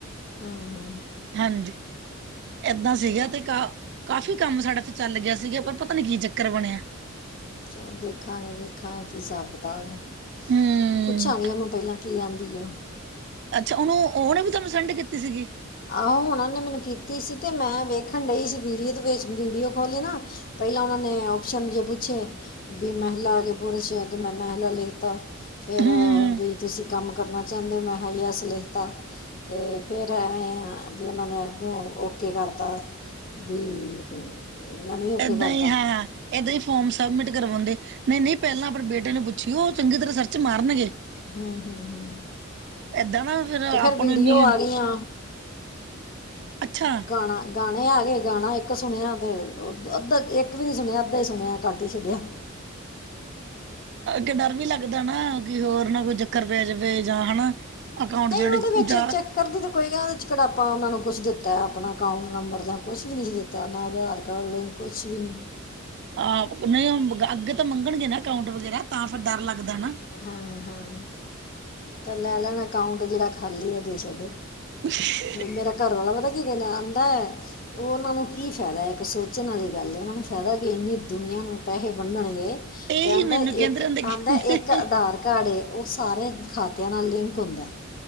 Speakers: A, on the left; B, on the right.
A: ਹਾਂ
B: ਹਾਂਜੀ ਏਦਾਂ
A: ਚਲੋ
B: ਸੀਗਾ ਤੇ ਕਾਫੀ ਕਾਫੀ ਕੰਮ ਸਾਡਾ ਇਥੇ ਚੱਲ ਗਿਆ ਸੀਗਾ ਪਰ ਪਤਾ ਨੀ ਕੀ ਚੱਕਰ ਬਣਿਆ
A: ਚਲੋ ਦੇਖਾਂਗੇ ਵੇਖਾਂਗੇ ਕੀ ਹਿਸਾਬ ਕਿਤਾਬ ਹੈ
B: ਹੂੰ
A: ਪੁੱਛਾਂਗੇ ਉਹਨੂੰ ਪਹਿਲਾਂ ਕੀ ਆਉਂਦੀ ਆ
B: ਅੱਛਾ ਉਹਨੂੰ ਉਹਨੇ ਵੀ ਤੁਹਾਨੂੰ ਸੈਂਡ ਕੀਤੀ ਸੀਗੀ
A: ਆਹੋ ਹੁਣ ਉਹ ਨੇ ਮੈਨੂੰ ਕੀਤੀ ਸੀ ਅਤੇ ਮੈਂ ਵੇਖਣ ਡਈ ਸੀ ਵੀਡੀਓ ਤੋਂ ਵੇ ਵੀਡੀਓ ਖੋਲੀ ਨਾਂ ਪਹਿਲਾਂ ਉਹਨਾਂ ਨੇ ਓਪਸ਼ਨ ਜੇ ਪੂੱਛੇ ਵੀ ਮਹਿਲਾ ਆ ਗਿਆ ਪੁਰਸ਼ ਤੇ ਮੈਂ ਮਹਿਲਾ ਲਿਤਾ ਫਿਰ
B: ਹੂੰ
A: ਵੀ ਤੁਸੀਂ ਕੰਮ ਕਰਨਾ ਚਾਹੁੰਦੇ ਹੋ ਮੈਂ ਹਾਈ ਹੈਸ ਲਿਖਤਾ ਤੇ ਫਿਰ ਐਵੇਂ ਵੀ ਉਹਨਾਂ ਨੇ ਅੱਗੋਂ ਓਕੇ ਕਰਤਾ ਵੀ ਮੈਂ ਵੀ ਓਕੇ
B: ਏਦਾਂ
A: ਕਰਤਾ
B: ਹੀ ਹਾਂ ਹਾਂ ਏਦਾਂ ਹੀ ਫੋਰਮ ਸਬਮਿਟ ਕਰਵਾਉਂਦੇ ਨਹੀਂ ਨਹੀਂ ਪਹਿਲਾਂ ਆਪਣੇ ਬੇਟੇ ਨੂੰ ਪੁ ਪੁੱਛ ਲਵੋ ਉਹ ਚੰਗੀ ਤਰ੍ਹਾਂ ਸਰਚ ਮਾਰਨ ਗੇ
A: ਹਮ ਹਮ ਹਮ
B: ਏਦਾਂ ਨਾ
A: ਤੇ
B: ਆਪਾਂ
A: ਫਿਰ ਵੀਡੀਓ
B: ਨੂੰ ਇੰਨੀ
A: ਆ ਗਈਆਂ
B: ਅੱਛਾ
A: ਗਾਣਾ ਗਾਣੇ ਆ ਗੇਏ ਗਾਣਾ ਇੱਕ ਸੁਣਿਆ ਤੇ ਅੱਧਾ ਇੱਕ ਵੀ ਨੀ ਸੁਣਿਆ ਅੱਧਾ ਹੀ ਸੁਣਿਆ ਘੱਟ ਹੀ ਛੱਡਿਆ
B: ਕਿ ਡਰ ਵੀ ਲੱਗਦਾ ਨਾ ਕਿ ਹੋਰ ਨਾ ਕੋਈ ਚੱਕਰ ਪੈ ਜਾਵੇ ਜਾਂ ਹਨਾ ਅਕਾਊਂਟ
A: ਨਹੀਂ
B: ਜਿਹੜੇ
A: ਉਹਦੇ ਵਿੱਚ
B: ਜਾਂ
A: ਐ ਚੈਕ ਕਰਦੀ ਤਾਂ ਕੋਈ ਗੱਲ ਉਹਦੇ ਚ ਕਿਹੜਾ ਉਹਨਾਂ ਨੂੰ ਕੁੱਛ ਦਿੱਤਾ ਆਪਣਾ ਅਕਾਊਂਟ ਨੰਬਰ ਜਾਂ ਕੁੱਛ ਵੀ ਨਹੀਂ ਸੀ ਦਿੱਤਾ ਨਾ ਆਧਾਰ ਕਾਰਡ ਲਿੰਕ ਕੁੱਛ ਵੀ ਨਹੀਂ
B: ਆਹ ਨਹੀਂ ਉਹ ਅੱਗੇ ਤਾਂ ਮੰਗਣਗੇ ਨਾ ਅਕਾਊਂਟ ਵਗੈਰਾ ਤਾਂ ਫਿਰ ਡੱਰ ਲੱਗਦਾ ਨਾ
A: ਹਾਂ ਹਾਂ ਤਾਂ ਲੈ ਲੈਣ ਅਕਾਊਂਟ ਜਿਹੜਾ ਖਾਲੀ ਉਹ ਦੇ ਛੱਡ
B: ਅੱਛ <unintelligible> <unintelligible>
A: ਮੇਰਾ ਘਰ ਵਾਲਾ ਪਤਾ ਕੀ ਕਹਿੰਦਾ ਆਂਦਾ ਉਹਨਾਂ ਨੂੰ ਕੀ ਫਾਇਦਾ ਇੱਕ ਸੋਚਣ ਵਾਲੀ ਗੱਲ ਹੈ ਉਹਨਾਂ ਨੂੰ ਫਾਇਦਾ ਕਿ ਇੰਨੀ ਦੁਨੀਆ ਨੂੰ ਪੈਸੇ ਵੰਡਣਗੇ
B: ਇਹੀ
A: ਇਹ ਆਂਦਾ
B: ਮੈਨੂੰ ਕਹਿੰਦੇ
A: ਇੱਕ
B: ਰਹਿੰਦੇ ਕਹਿੰਦੇ
A: ਆਂਦਾ ਇੱਕ ਆਧਾਰ ਕਾਰਡ ਏ ਉਹ ਸਾਰੇ ਖਾਤਿਆਂ ਨਾਲ ਲਿੰਕ ਹੁੰਦਾ